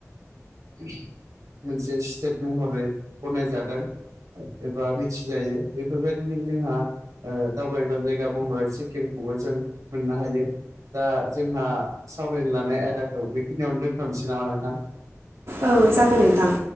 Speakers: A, on the right (about 85°); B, on the right (about 65°).
A: ओम मोनसे स्टेट महरै गनाय जादों! एबा मिथिजायो बेफोरबायदिनो जोंहा- ओ दावबायग्रा जायगा महरै सिक्किमखौबो जों मोननो हायो! दा जोंहा सावरायनो लानाय आयदाखौ बेखिनियावनो दोनथ'नोसै नामा नोंथां!
B: औ जागोन नोंथां।